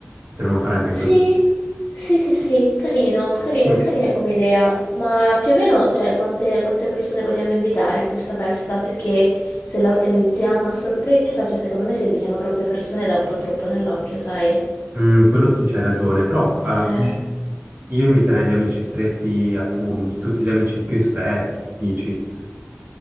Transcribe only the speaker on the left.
Sì,
sì, sì, sì, carino, carino,
è carina come idea, ma più o meno, cioè, quante, quante persone vogliamo invitare a questa festa? Perché se la organizziamo a sorpresa, cioè, secondo me se invitiamo troppe persone dà un po' troppo nell'occhio, sai?
Eh,